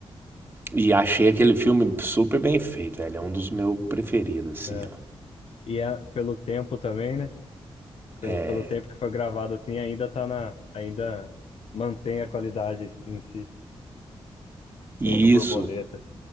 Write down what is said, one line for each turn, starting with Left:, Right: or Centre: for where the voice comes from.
Right: E achei aquele filme super bem feito, velho. É um dos meus preferidos, assim,
Left: é.
Right: ó.
Left: E é pelo tempo também, né? Pelo,
Right: É,
Left: pelo tempo que foi gravado assim, ainda tá na. Ainda mantém a qualidade em si.
Right: e
Left: Feito borboleta.
Right: isso.